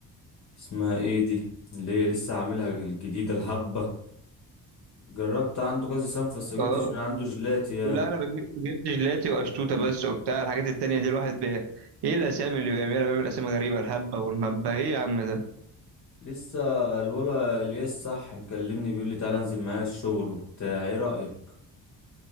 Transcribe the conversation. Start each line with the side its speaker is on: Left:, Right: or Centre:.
Left: اسمها ايه دي اللي هي لسه عاملها الجديدة الهبة جربت عنده كذا سنة بس مجبتش
Right: اه
Left: من عنده جلاتي يعني
Right: لا انا بجيب جبت جيلاتي وقشطوطه بس وبتاع الحاجات التانية دي الواحد بيه ايه الاسامي اللي بيعملها بيعمل اسامي غريبه الهبه والمبه ايه يا عم ده
Left: لسه الولا الياس صح مكلمني بيقول لي تعالى انزل معايا الشغل وبتاع ايه رأيك